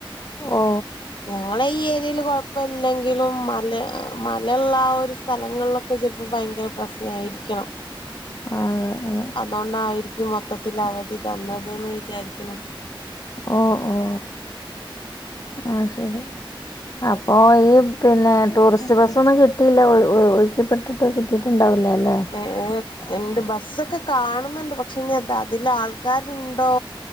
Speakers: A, on the left; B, on the left.
A: ഓ
B: ഞങ്ങള ഈ ഏരിയേയിൽ കുഴപ്പമില്ലെങ്കിലും മല മല യുള്ള ആഹ് ഒരു സ സ്ഥലങ്ങളിലൊക്കെ ചിലപ്പോൾ ഭയങ്കര പ്രശ്നയിരിക്കണം
A: അതെ അതെ
B: അതുകൊണ്ടായിരിക്കും മൊത്തത്തിൽ അവധി തന്നത് ന്ന്‌ വിചാരിക്കണ്
A: ഓ ഓ ആഹ് ശരി അപ്പൊ ഈ പിന്നെ ടൂറിസ്റ്റ് ബസ്സൊന്നും കിട്ടിയില്ല ഒ ഒഴുക്കിപ്പെട്ടിട്ട് കിട്ടിയിട്ടുണ്ടാവില്ല അല്ലേ
B: ഏഹ് ഇണ്ട് ബസ്സൊക്കെ കാണുന്നുണ്ട് പക്ഷെ ഇനി അതില് ആൾക്കാരുണ്ടോ